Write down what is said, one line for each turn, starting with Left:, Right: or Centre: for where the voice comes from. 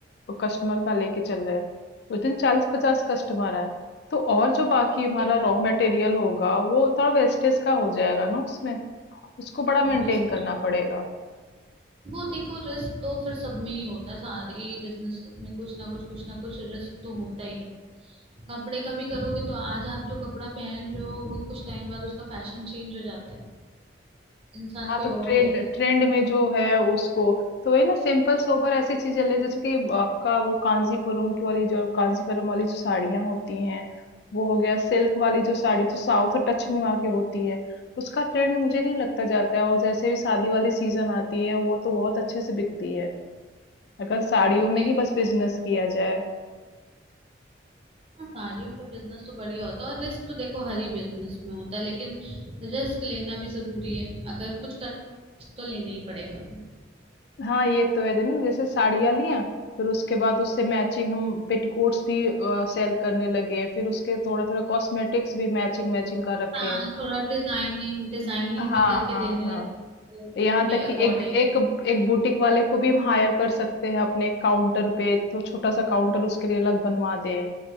Left: कस्टमर का लेके चल रहे हैं उस दिन चालीस पचास कस्टमर है तो और जो बाकी हमारा
Right: वेस्टेज
Left: रॉ मटेरियल होगा वो थोड़ा वेस्टेज का हो जाएगा ना उसमें उसको बड़ा
Right: हाँ
Left: मेंटेन
Right: वेस्टेज
Left: करना पड़ेगा
Right: वो देखो रिस्क तो फिर सब में ही होता है सारे बिजनेसेस में कुछ ना कुछ कुछ ना कुछ रिस्क तो होता ही है कपड़े का भी करोगे तो आज आप जो कपड़ा पहन रहे हो वो कुछ टाइम बाद उसका फैशन चेंज हो जाता है इंसान
Left: हाँ
Right: कोई
Left: तो
Right: और
Left: ट्रेंड
Right: लेता है
Left: ट्रेंड में जो है उसको तो वही ना सिंपल सोबर ऐसी चीजें ले जैसे कि आपका वो कांजीपुरम की वाली जो कांजीपुरम वाली जो साड़ियां होती हैं वो हो गया सिल्क वाली जो साड़ी जो साउथ टच में वहाँ की होती है उसका ट्रेंड मुझे नहीं लगता जाता है और जैसे भी शादी वाली सीजन आती है वो तो बहुत अच्छे से बिकती है अगर साड़ियों
Right: सही
Left: में ही बस बिजनेस किया जाए
Right: हाँ, साड़ियों का बिजनेस तो बढ़िया होता है और रिस्क तो देखो हर ही बिजनेस में होता है लेकिन रिस्क लेना भी जरूरी है अगर कुछ कर risk तो लेना ही पड़ेगा फिर
Left: हाँ, ये तो है जनी जैसे साड़ियाँ लिया फिर उसके बाद उससे मैचिंग हम पेटीकोट्स भी अ, सेल करने लगे फिर उसके थोड़ा थोड़ा कॉस्मेटिक्स भी मैचिंग मैचिंग का रखे
Right: हाँ
Left: हैं
Right: थोड़ा डिजाइनिंग डिजाइनिंग
Left: हाँ
Right: भी करके
Left: हाँ
Right: देने
Left: हाँ
Right: लगे तो
Left: यहाँ
Right: उनके
Left: तक
Right: अकॉर्डिंग
Left: कि एक एक एक बुटीक वाले को भी हम हायर कर सकते हैं अपने काउंटर पे तो छोटा सा काउंटर उसके लिए अलग बनवा दें